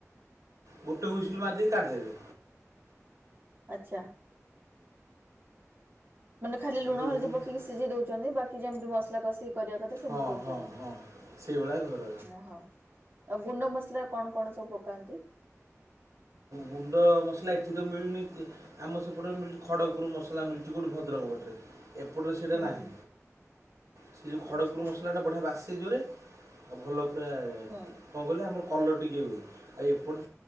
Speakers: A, on the right; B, on the right.
A: ଗୋଟେ ହୁଇସିଲ ମାରି ଦେଇକି କାଢ଼ିଦେବେ।
B: ଆଛା। ମାନେ ଖାଲି
A: ଗୋଟେ
B: ଲୁଣ
A: ହୁଇସିଲ୍
B: ହଳଦୀ ପକେଇକି ସିଝେଇ ଦୋଉଚିନ୍ତି ବାକି ଯେମିତି ମସଲା କଷିକି କରିବା କଥା ସେମିତି
A: ହଁ
B: କରୁଚନ୍ତି
A: ହଁ ହଁ ସେଇଭଳିଆ ଘର
B: ଓହୋ। ଆଉ ଗୁଣ୍ଡ ମସଲା କଣ କଣ ସବୁ ପକାନ୍ତି?
A: ଗୁଣ୍ଡ ମସଲା ଏଠି ତ ମିଳୁନିସେ ଆମ ସେପଟେ ମିଳୁଛି ଖଡ଼ଗପୁରୁ ମସଲା ମିଳୁଛି କୋଉଠି ଭଦ୍ରକ ପଟରେ। ଏପଟରେ ସେଇଟା
B: ହୁଁ
A: ନାହିଁ
B: ହୁଁ
A: ସେ ଯୋଉ ଖଡ଼ଗପୁର
B: ଆଚ୍ଛା
A: ମସଲା ସେଟା ବଢ଼ିଆ ବାସେ ଜୋରେ ଆଉ ଭଲ ପୁରା କଣ
B: ହୁଁ।
A: କହିଲେ ଆମର କଲର୍ ଟିକେ ହୁଏ ଆଉ ଏପଟେ